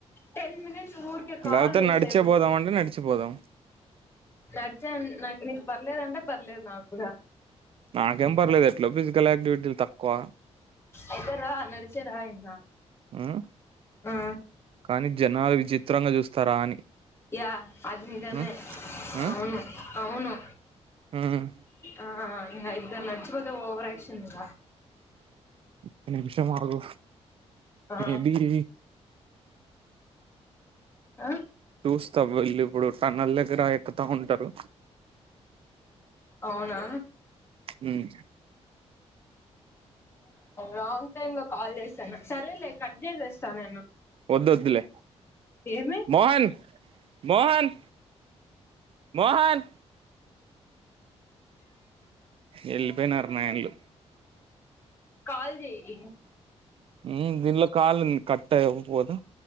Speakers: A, on the left; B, on the right.
A: టెన్ మినిట్స్ ఊరికే కాల్
B: లేకపోతే
A: వేస్ట్
B: నడిచే
A: అయిపోతంది
B: పోదాం అంటే నడిచిపోదాం
A: నడిచా నాకు నీకు పర్లేదుంటే పర్లేదు నాకు కూడా
B: నాకేం పర్లేదు ఎట్లో ఫిజికల్ యాక్టివిటీలు తక్కువ
A: అయితార నడిచేరా ఇన్నా
B: ఉమ్
A: ఆ
B: కానీ జనాలు విచిత్రంగా చూస్తారా అని
A: యా అది నిదమే
B: ఉమ్ ఉమ్
A: అవును అవును
B: ఉమ్
A: ఆ ఇదన్న అచ్చపోతే ఓవర్ ఆక్షన్ంద
B: ఓక నిమిష ఆగు
A: ఆ
B: మేబి
A: ఆ
B: చూస్తా వెళ్ళ ఇప్పుడు టన్నల్ దగ్గర ఎక్కతా ఉంటారు
A: అవునా
B: ఉమ్
A: రాంగ్ టైమ్ లో కాల్ చేస్తాను సరేలే కట్ చేసేస్తాను నేను
B: వద్దు వద్లే
A: ఏమి
B: మోహన్ మోహన్ మోహన్ వెళ్ళిపోయినర నాయన్లు
A: కాల చేయ
B: ఉ దన్లో కాల కట్టాపోదు